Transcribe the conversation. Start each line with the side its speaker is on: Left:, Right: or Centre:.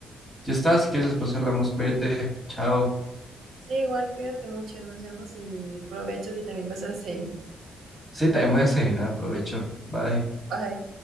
Centre: Ya está, si quieres después hablamos, cuídate, chao.
Right: Sí, igual, cuídate mucho, nos vemos y provecho si también vas a desayunar.
Centre: Sí, también voy a desayunar, aprovecho. Bye.
Right: Bye.